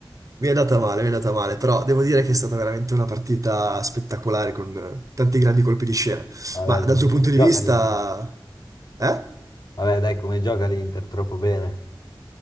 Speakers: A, on the right; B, on the left.
A: Mi è andata male, mi è andata male, però devo dire che è stata veramente una partita spettacolare con eh, tanti grandi colpi di scena.
B: Vabbè,
A: Ma
B: dai,
A: dal tuo
B: come
A: punto di
B: gioca
A: vista...
B: l'Inter?
A: Eh?
B: Vabbè, dai, come gioca l'Inter? Troppo bene.